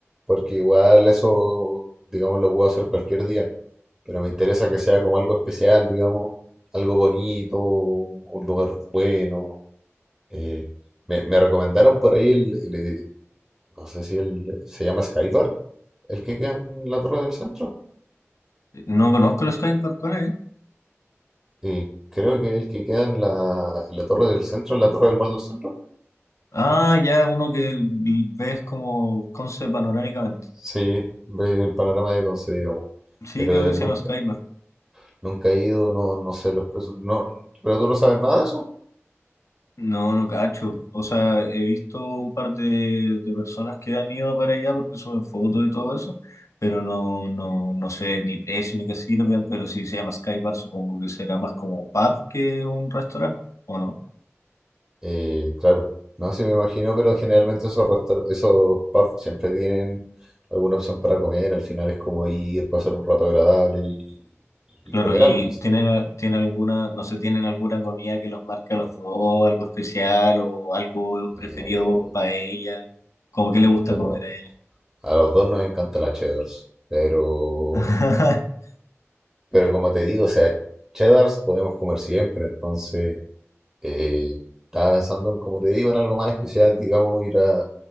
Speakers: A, on the right (about 15°); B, on the left (about 80°).
A: porque igual eso, digamos, lo puedo hacer cualquier día, pero me interesa que sea como algo especial, digamos, algo bonito, un, un lugar bueno. eh, me, me recomendaron por ahí el, el edi- no sé si el, se llama Skybar, el que queda en la Torre del Centro.
B: No conozco los Skybar ¿cuál es?
A: y creo que el que queda en la, en la Torre del Centro, en la Torre del Mall del Centro.
B: Ah, ya uno que ves como concept panorámicamente.
A: Sí, ve el panorama de Conce, digamos.
B: Sí,
A: Pero
B: creo
A: eh,
B: que
A: nunca.
B: se llama Skybar.
A: Nunca he ido, no, no sé los precios. No, pero tú no sabes nada de eso.
B: No, no cacho. O sea, he visto un par de, de personas que han ido para allá porque suben fotos y todo eso, pero no, no, no sé ni precio ni qué sirven, pero si se llama Skybar supongo que será más como un pub que un restaurante, ¿o no?
A: Eh, claro, no, sí me imagino, pero generalmente esos restau- esos pubs siempre tienen alguna opción para comer. Al final es como ir, pasar un rato agradable y, y
B: Claro,
A: comer
B: y
A: algo, quizás.
B: tienen, tiene alguna, no sé, tienen alguna comida que los marca a los dos, algo especial o algo
A: Mm,
B: preferido para ella, como que le gusta
A: no,
B: comer a ella.
A: a los dos nos encanta la cheddars, pero,
B: <laughs>
A: pero como te digo, o sea, cheddars podemos comer siempre, entonces. Eh, estaba pensando en, como te digo, en algo más especial, digamos, ir a,